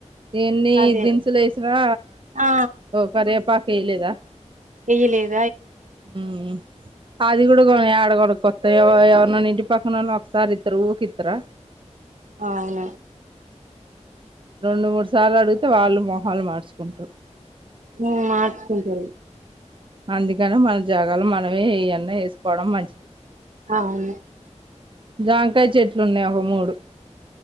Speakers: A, on the right; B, on the right.
A: ఎన్ని
B: అదే
A: దినుసులు వేసినా
B: ఆ
A: ఒక రేపాకు వేయలేదా
B: చెయ్యలేదు
A: మ్ అది కూడాగున్ యడ కొనుకోత్ ఎవర్ ఎవర్ని అన్న ఇంటి పక్కనోల్లాన్ ఒకసారి ఇతరు ఊక్ ఇత్తర
B: అవును
A: రెండు మూడు సార్ల అడిగితే వాళ్ళు మోహాలు మార్చుకుంటరు
B: మ్ మార్చుకుంటరు
A: అందుకనే మన జాగాల మనమే ఈయన్న వేసుకోవడం మంచిది
B: అవును
A: జంకాయ చెట్లు ఉన్నాయి ఒక మూడు